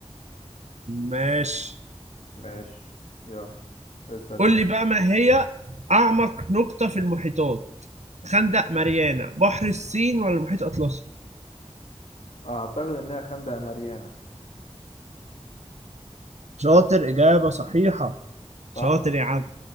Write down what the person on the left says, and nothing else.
ماشي يلا اسأل
أنت
أعتقد إنها خندق ماريانا
صح؟